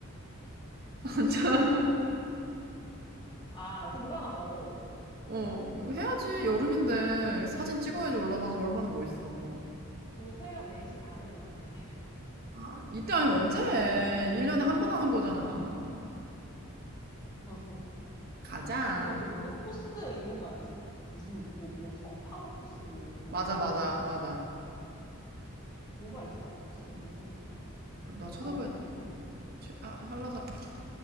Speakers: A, on the right; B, on the left.
A: <laughs>
B: 아, 등반하자고?
A: 어, 해야지. 여름인데 사진 찍어야지 올라가서 얼마나 멋있어.
B: 우리 새벽 4시 반에 일어나야 돼.
A: 아, 이때 아니면 언제 해? 1년에 한 번 하는 거잖아.
B: <laughs>
A: 가자.
B: 그것도 무슨 코스 있는 거 알지? 무슨, 뭐, 뭐, 성판악 코스 뭐, 뭐
A: 맞아,
B: 되게
A: 맞아,
B: 많은 거 알지?
A: 맞아.
B: 뭐가 있어? 코스 뭐, 뭐 있어?
A: 나
B: 성판악밖에
A: 찾아봐야 돼.
B: 몰라.
A: 최- 아, 한라산. 아,